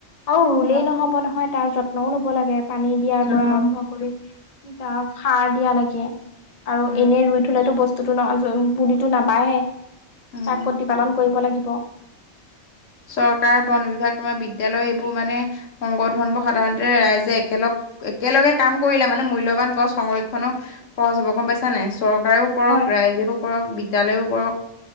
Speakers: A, on the left; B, on the left.
A: আৰু ৰুলেই
B: হয়,
A: নহব নহয় তাৰ যত্নও লব লাগে। পানী দিয়াৰ
B: যত্ন
A: পৰা আৰম্ভ কৰি তাৰ সাৰ দিয়া লাগে আৰু
B: উম,
A: এনে ৰুই থলটো বস্তু বস্তুটো না য বডীটো নাবাঢ়ে। তাক
B: উম,
A: প্ৰতিপালন কৰিব লাগিব।
B: চৰকাৰ, বন বিভাগ তোমাৰ বিদ্যালয় এইবোৰ মানে সংগধনবোৰ সাধাৰণতে ৰাইজে একেলগ একেলগে কাম কৰিলে মানে মূল্যবান গছ সংৰক্ষনো খৰচ হ'ব গম পাইছা নাই? চৰ চৰকাৰেও কৰক
A: হয়
B: ৰাইজেও কৰক, বিদ্যালয়ও কৰক,